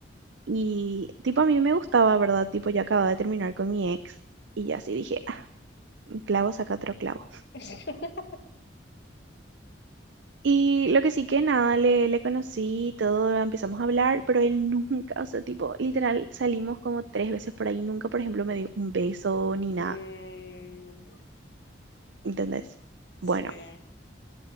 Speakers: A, on the right; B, on the left.
A: Y tipo a mí me gustaba, ¿verdad? Tipo yo acababa de terminar con mi ex y ya así dije, "Ah, un clavo saca otro clavo.
B: <laughs>
A: Y lo que sí que nada, le, le conocí, y todo, empezamos a hablar, pero él nunca, o sea, tipo, literal salimos como tres veces por ahí, nunca, por ejemplo, me dio un beso ni nada,
B: Mm,
A: ¿entendés?
B: sí.
A: Bueno,